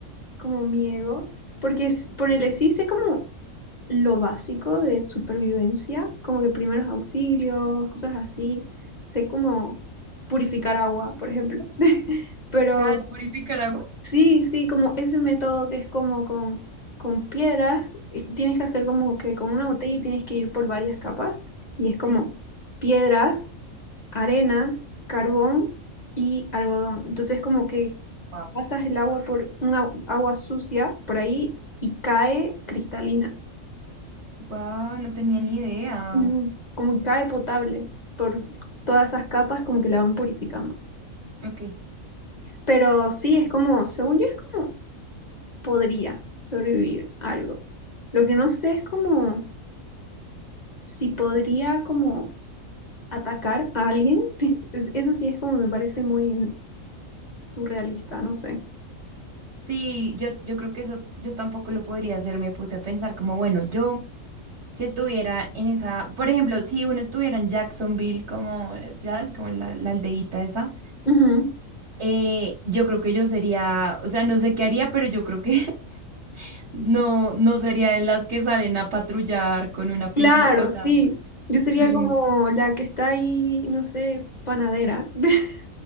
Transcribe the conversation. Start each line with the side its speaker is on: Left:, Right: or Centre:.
Left: como mi ego, porque es- ponele, sí sé como lo básico de supervivencia, como que primeros auxilios, cosas así, sé como purificar agua, por ejemplo, <laughs> pero
Right: ¿Sabes purificar agua?
Left: sí, sí, como ese método que es como con, con piedras, eh, tienes que hacer como que con una botella y tienes que ir por varias capas, y es como
Right: Sí.
Left: piedras arena, carbón y algodón. Entonces como que
Right: Wow.
Left: pasas el agua por una agua sucia por ahí y cae cristalina,
Right: Wow, no tenía ni idea.
Left: Ujú. como que cae potable por todas esas capas como que la van purificando.
Right: Ok.
Left: Pero sí, es como, según yo es como podría sobrevivir algo. Lo que no sé es como si podría como atacar a alguien. <laughs> Es- Eso sí es como me parece muy surrealista, no sé.
Right: Sí, yo, yo creo que eso yo tampoco lo podría hacer. Me puse a pensar como, bueno, yo si estuviera en esa, por ejemplo, si uno estuviera en Jacksonville, como, ¿sabes? Como en la, la aldeíta esa,
Left: Ujú.
Right: eh, yo creo que yo sería, o sea, no sé qué haría, pero yo creo que <laughs> no, no sería de las que salen a patrullar con una
Left: Claro,
Right: pistola, o sea,
Left: sí. Yo sería
Right: sin...
Left: como la que está ahí, no sé, panadera. <laughs>